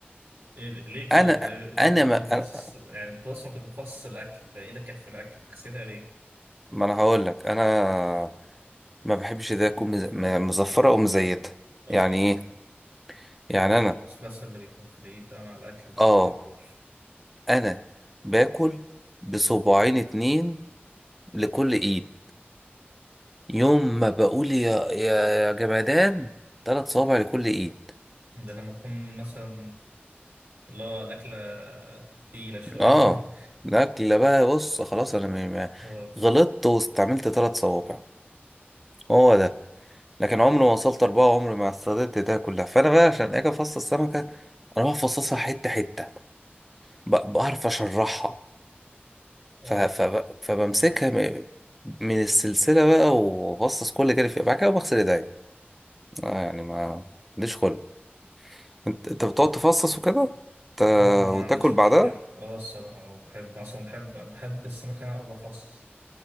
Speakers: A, on the right; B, in the centre.
A: إيه ليه كده
B: انا
A: طيب انت
B: انا
A: كنت
B: ما
A: بتفصص
B: انا,
A: يعني انت اصلا كنت بتفصص الاكل فايدك كانت في الاكل تغسلها ليه؟
B: ما أنا هقول لك انا ما بحبش ايديا تكون مز- م- مزفرة او مزيتة
A: اه
B: يعني ايه يعني
A: حوار اللسلسه
B: انا
A: اللي بيكون في الايد ده مع الاكل ده
B: اه
A: ما بتحبوش
B: انا باكل بصباعين اتنين لكل ايد يوم ما بقول يا يا يا جمدان تلات صوابع لكل ايد
A: ده لما تكون مثلا اللي هو الأكلة تقيلة شوية
B: اه
A: <laughs>
B: الاكل بقى بص خلاص انا م- م-
A: اه
B: غلطت واستعملت ثلاث صوابع هو ده لكن عمري ما وصلت اربعه عمري ما استخدمت ده كلها فانا بقى عشان اجي افصص السمكه اروح افصصها حته حته ب- بعرف اشرحها
A: اه
B: ف... ف... فبمسكها م- من السلسله بقى وافصص كل كده فيها بعد كده بغسل ايديا آه يعني ما عنديش خلق انت انت بتقعد تفصص وكده ت...
A: اه ما
B: وتاكل
A: عنديش
B: بعدها
A: مشكلة اه الصراحة آه، بحب مثلا بحب بحب السمك اللي أنا أقعد أفصص